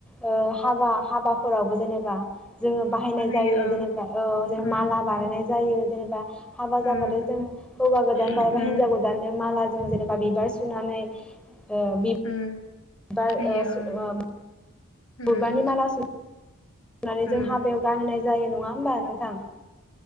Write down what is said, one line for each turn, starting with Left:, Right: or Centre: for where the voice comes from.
Centre: ओ हाबा हाबाफोरावबो जेनेबा। जोङो बाहायनाय
Left: बाहायो
Centre: जायो
Left: ओं
Centre: जेनेबा औ जों
Left: उम
Centre: माला बानायनाय। जायो जेनेबा। हाबा
Left: उम
Centre: जाबाथाय जों हौवा गोदान
Left: उम
Centre: बा एबा हिनजाव गोदानो माला। जों जेनेबा बिबार सुनानै। ओ बिब
Left: उम
Centre: बार
Left: होयो
Centre: <unintelligible>
Left: ओं उम
Centre: गबानि
Left: उम
Centre: माला सु नानै जों
Left: उम
Centre: हाबायाव गान होनाय। जायो नङा होमबा नोंथां।